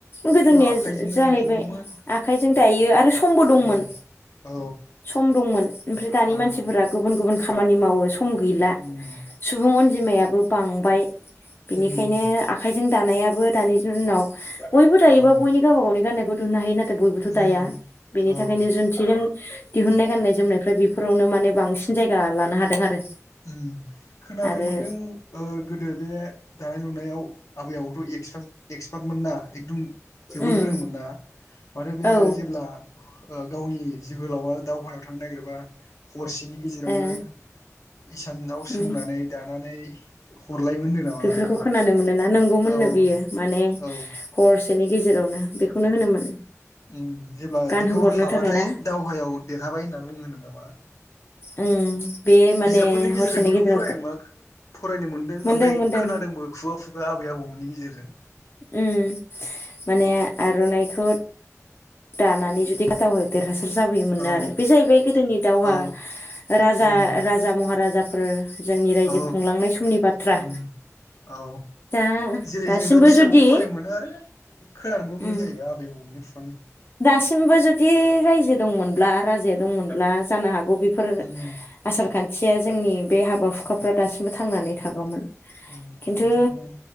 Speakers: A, on the left; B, on the left.
A: गोदोनिया
B: आखाइजोंनो
A: जा-जाहैबाय
B: दाजादोंमोन
A: आखाइजों दायो आरो समबो दंमोन
B: उम औ
A: सम दंमोन, ओमफ्राय दानि
B: औ
A: मानसिफोरा गुबुन गुबुन खामानि मावो सम गैला
B: उम
A: सुबुं अनजिमायाबो बांबाय। बेनिखायनो
B: उम
A: आखाइजों दानायाबो दानि दिनाव बयबो दायोबा
B: औ
A: बयनि गावबा गावनि गाननायखौ दुनो हायो। नाथाय बयबोथ'
B: उम
A: दाया बेनि
B: औ
A: थाखायनो जुन्थिजों दिहुननाय गान्नाय जोमनायफ्रा बेफोरावनो माने बांसिन जायगा लानो हादों आरो।
B: ओम खोनानो
A: आरो
B: मोनदों ओ गोदो बे दानाय लुनायाव आबै आबौआथ' एक्स-एक्सपार्टमोनना एकदम जोबोर
A: उम
B: गोरोंमोन ना माथो बे
A: औ
B: जेब्ला ओ गावनि जोहोलावा दावहायाव थांनो नागिरोबा हरसेनि गेजेरावनो
A: ए
B: इसानाव सोंनानै
A: उम
B: दानानै हरलायोमोन होनदों नामा
A: बेफोरखौ खोनानो मोनोना, नंगौमोननो
B: औ
A: बियो माने
B: औ
A: हरसेनि गेजेराव <unintelligible> बेखौनो होनोमोन।
B: ओम जेब्ला बिदिखौ
A: गानहोहरनो
B: हाबाथाय
A: थाखाय ना
B: दावहायाव देरहाबाय होनना बुङो नामा
A: उम। बे माने
B: बिजाबफोरनि गेजेरजोंबो
A: हरसेनि
B: बैखौ
A: गेजेराव
B: फराया मा फरायनो मोन दों
A: मोनदों
B: ओमफ्राय
A: मोनदों
B: खोनादोंबो खुगा खुगा आबै आबौमोननि गेजेरजों।
A: ओ माने आर'नाइखौ दानानै जुदि खथ <unintelligible> देरहासार जाबोयोमोन
B: औ
A: आरो, बे जाहैबाय गोदोनि दावहा
B: औ
A: राजा
B: उम
A: राजा महाराजा फोर जोंनि रायजो
B: औ
A: खुंलांनाय समनि बाथ्रा।
B: उम औ
A: दा
B: जेरै
A: दासिमबो
B: जों दा बिजाबावबो
A: जुदि
B: फरायनो मोनो आरो खोनानोबो मोनो
A: उम
B: जाहैबाय आबै आबौनि
A: दासिमबो जुदि रायजो दंमोनब्ला राजाया दंमोनब्ला जानो हागौ बेफोर
B: उम
A: आसार खान्थिया जोंनि बे हाबा हुखा फ्रा दासिमबो थांनानै थागौमोन
B: उम
A: खिन्थु
B: थाबाय थागौमोन